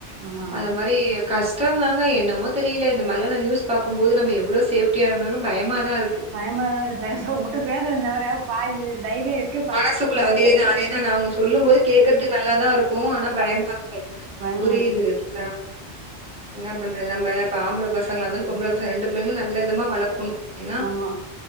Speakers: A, on the right; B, in the centre.
A: ஆமா ஆமா
B: அத மாரி கஷ்டோதாங்க என்னமோ தெரியல இந்த மாரிலா நா நியூஸ் பாக்கபோது நம்ம எவ்ளோ சேஃப்டியா இருந்தாலு பயமா தா இருக்கு
A: பயமா தா இருக்கு பேச உங்கிட்ட பேசுரேந்தவர பாதி தைரியம் இருக்கா
B: மனசுக்குள்ள அதேதா அதேதா நா அவுங்க சொல்லு போது கேக்குறதுக்கு நல்லாதா இருக்கு ஆனா பயமா இருக்கு
A: பயமா
B: புரியுது
A: இருக்கு
B: சா என்ன பண்றது நம்ம இப்ப ஆம்பள பசங்களா இருந்தாலு பொம்பள பசங்க ரெண்டு பிள்ளங்களயும் நல்ல விதமா வளக்கணு ஏன்னா
A: ஆமா